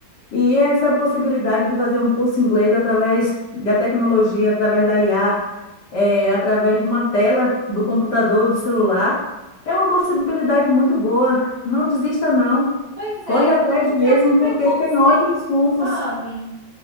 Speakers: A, on the left; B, on the right.
A: E essa possibilidade de fazer um curso em inglês através da tecnologia, através da IA, eh, através de uma tela do computador, do celular, é uma possibilidade muito boa. Não desista, não.
B: Pois é,
A: Corre atrás
B: eu tinha um
A: mesmo,
B: certo
A: porque
B: preconceito,
A: tem ótimos cursos.
B: sabe?